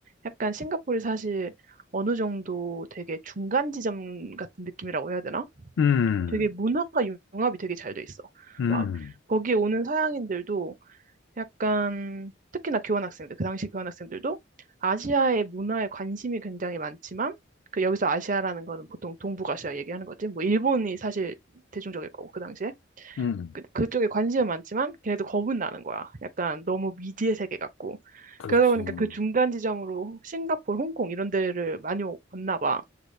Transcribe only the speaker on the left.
음.
음.
음.
그렇죠.